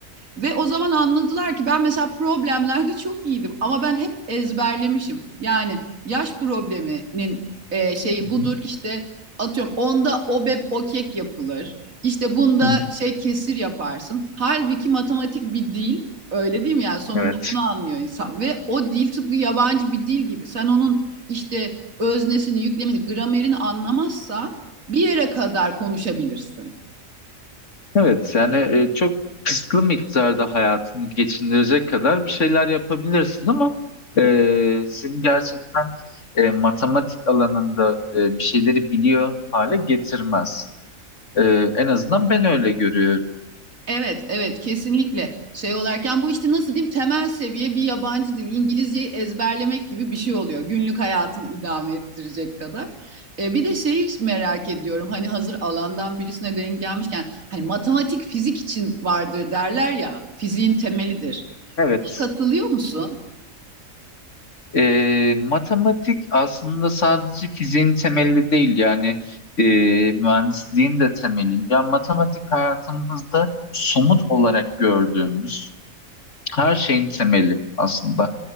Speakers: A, on the right; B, on the left.
A: Ve o zaman anladılar ki ben mesela problemlerde çok iyiydim ama ben hep ezberlemişim. Yani yaş probleminin e, şeyi
B: Hı
A: budur
B: hı.
A: işte atıyorum onda obep o kek yapılır. İşte bunda
B: Hı hı.
A: şey kesir yaparsın. Halbuki matematik bir dil öyle değil mi yani sonunda
B: Evet.
A: bunu anlıyor insan ve o dil tıpkı yabancı bir dil gibi. Sen onun işte öznesini, yüklemini, gramerini anlamazsan bir yere kadar konuşabilirsin.
B: Evet yani e, çok kısıtlı miktarda hayatını geçindirecek kadar bir şeyler yapabilirsin ama e, seni gerçekten e, matematik alanında e, bir şeyleri biliyor hale getirmez. E, en azından ben öyle görüyorum.
A: Evet, evet kesinlikle şey olarken bu işte nasıl diyeyim temel seviye bir yabancı dil İngilizceyi ezberlemek gibi bir şey oluyor. Günlük hayatını idame ettirecek kadar. E, bir de şeyi merak ediyorum hani hazır alandan birisine denk gelmişken hani matematik fizik için vardır derler ya fiziğin temelidir.
B: Evet.
A: Buna katılıyor musun?
B: E, matematik aslında sadece fiziğin temeli değil yani e, mühendisliğin de temeli. Yani matematik hayatımızda somut olarak gördüğümüz her şeyin temeli aslında.